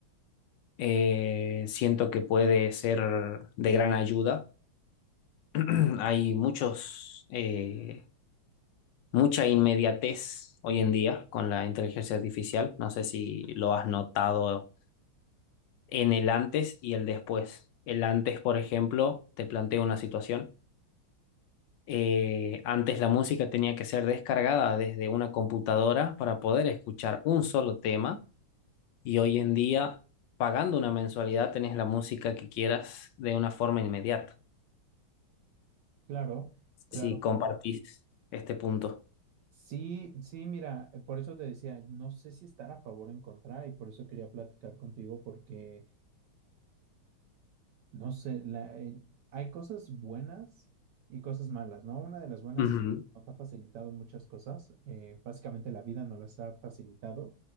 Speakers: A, on the left; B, on the right.
A: Eh, siento que puede ser de gran ayuda. <clears throat> Hay muchos, eh, mucha inmediatez hoy en día con la inteligencia artificial. No sé si lo has notado en el antes y el después. El antes, por ejemplo, te planteo una situación. eh, antes la música tenía que ser descargada desde una computadora para poder escuchar un solo tema y hoy en día, pagando una mensualidad, tenés la música que quieras de una forma inmediata.
B: Claro, claro,
A: Si
B: claro.
A: compartís este punto.
B: Sí, sí, mira, eh, por eso te decía, no sé si estar a favor o en contra y por eso quería platicar contigo porque... No sé, la- el- hay cosas buenas y cosas malas, ¿no? Una de las buenas
A: Ujú.
B: es que nos ha facilitado muchas cosas, eh, básicamente la vida nos las ha facilitado